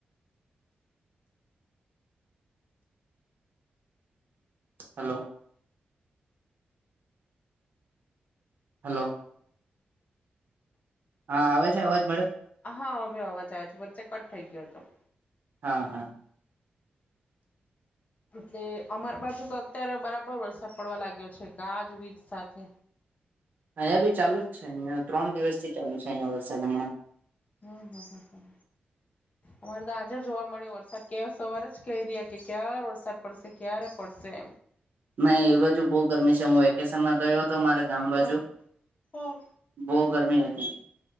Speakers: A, on the right; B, on the left.
A: હલો હલો હા આવે છે અવાજ મારો
B: હા હવે અવાજ આવે છે વચ્ચે કટ થઈ ગયો હતો
A: હા હા
B: તે અમાર બાજુ તો અત્યારે બરાબર વરસાદ પડવા લાગ્યો છે ગાજવીજ સાથે
A: અહંયા બી ચાલુ જ છે અહીં ત્રણ દિવસ થી ચાલુ છે અહિયા વરસાદ હમણાં
B: હમ હમ હમ
A: <inaudible>
B: અમારે તો આજે જોવા મળે વરસાદ કે સવારે જ કહી રહ્યા કે ક્યારે વરસાદ પડશે ક્યારે પડશે
A: મેં એ બાજુ બહુ ગરમી છે હું વેકેશનમાં ગયો તો મારે ગામ બાજુ
B: હા હા
A: બહુ ગરમી હતી